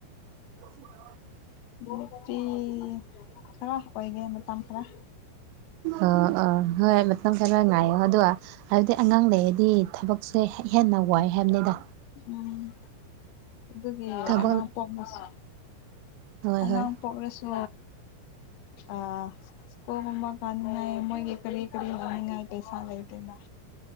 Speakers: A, on the right (about 85°); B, on the left (about 85°).
A: <inaudible>
B: <unintelligible> ꯈꯔ ꯑꯣꯏꯒꯦ ꯃꯇꯝ ꯈꯔ
A: ꯑꯣ ꯑꯣ ꯍꯣꯏ ꯃꯇꯝ ꯈꯔ ꯉꯥꯏꯌꯣ ꯑꯗꯨꯒꯗ ꯍꯥꯏꯕꯗꯤ ꯑꯉꯥꯡ ꯂꯩꯔꯗꯤ ꯊꯕꯛ ꯁꯦ ꯍꯦꯟꯅ ꯋꯥꯏ ꯍꯥꯏꯝꯅꯤꯗ
B: ꯎꯝ ꯑꯗꯨꯒꯤ
A: ꯊꯕꯛ
B: ꯑꯉ ꯄꯣꯝꯕꯁꯨ
A: ꯍꯣꯏ
B: ꯑꯉꯥꯡ
A: ꯍꯣꯏ
B: ꯄꯣꯛꯂꯁꯨ ꯑꯥ ꯁ꯭ꯀꯨꯜꯒꯨꯝꯕ ꯀꯥꯟꯅꯉꯥꯏ ꯃꯣꯏꯒꯤ ꯀꯔꯤ <unintelligible> ꯄꯩꯁꯥ ꯂꯩꯇꯦꯗꯥ